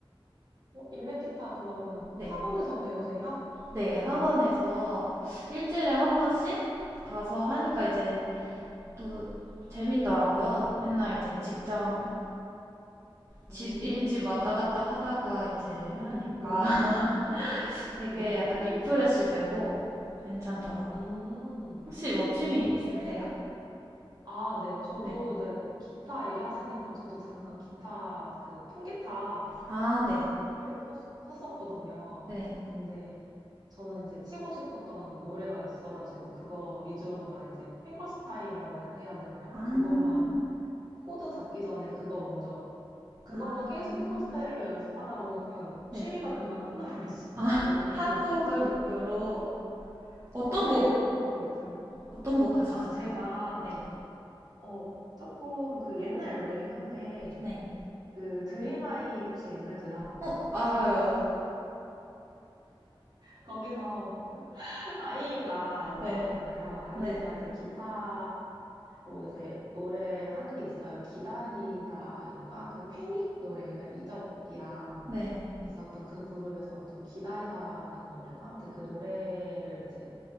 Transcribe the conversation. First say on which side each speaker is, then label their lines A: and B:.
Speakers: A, on the right; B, on the right.
A: 어, 일렉기타 그러면
B: 네.
A: 학원에서 배우세요?
B: 네, 학원에서 일주일에 한 번씩 가서 하니까 이제
A: 음,
B: 또 재밌더라고요. 맨날 이제 직장, 집,
A: 음.
B: 일집 왔다 갔다 하다가 이제
A: <laughs>
B: 하니까. 되게
A: 음,
B: 약간 리프레시 되고 괜찮더라고요.
A: 음.
B: 혹시 뭐 취미
A: 어,
B: 있으세요?
A: 취미, 아, 네. 저도
B: 네.
A: 이제 기타 얘기하시니까 저도 잠깐 기타, 그 통기타
B: 아, 네.
A: 취미로 쳤- 쳤었거든요.
B: 네.
A: 근데 저는 이제 치고 싶었던 노래가 있어가지고 그거 위주로만 이제 핑거스타일이라고 해- 해야 되나요?
B: 아,
A: 그것만 코드 잡기 전에 그거 먼저 그것만
B: 아,
A: 계속 핑거스타일로 연습하다 보니까
B: 네.
A: 취미가 금방 끝나버렸어요.
B: 아,
A: <laughs> 너무
B: <laughs>
A: 힘들어서.
B: 한국을 목표로 어떤
A: 예,
B: 곡,
A: 예, 한국을 목표로.
B: 어떤 곡 하셨어요?
A: 아, 제가
B: 네.
A: 어 조금 그 옛날 노래긴 한데
B: 네.
A: 그 드림하이 혹시 옛날 드라마 아세요?
B: 어, 알아요.
A: 예전에? 거기서 아이유가 이제
B: 네.
A: 나오잖아요. 아이유가
B: 네.
A: 이제 기타로 이제 노래를 한 게 있어요. 기다리다인가? 그 패닉 노래 옛날 이적이랑
B: 네.
A: 있었던 그 그룹에서 어떤 기다리다라는 노래인가? 아무튼 그 노래를 이제